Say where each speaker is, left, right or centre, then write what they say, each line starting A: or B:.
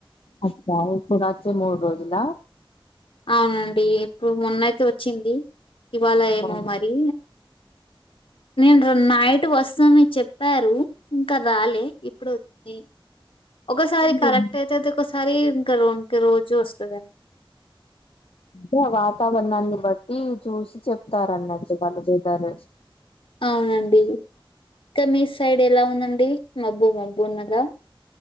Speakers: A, on the left; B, on the left.
A: అబ్బా ఇప్పుడు అచ్చి మూడు రోజులా?
B: అవును అండి ఇప్పుడు మొన్న అయితే వచ్చింది, ఇవాళ ఏమో
A: అవును
B: మరి నేను రెం నైట్ వస్తానీ చెప్పారు, ఇంకా రాలే ఇప్పుడు వచ్చి ది ఒకసారి
A: అంటే
B: కరెక్ట్ అయితే తే ఒకసారి ఇంకా రెం ఇంక రోజు వస్తదండి.
A: ఇగ వాతావరణాన్ని బట్టి చూసి చెప్తారున్నట్టు వాళ్ళు వెదర్
B: అవునండి, ఇంక మీ సైడ్ ఎలా ఉందండి? మబ్బు మబ్బు ఉన్నద?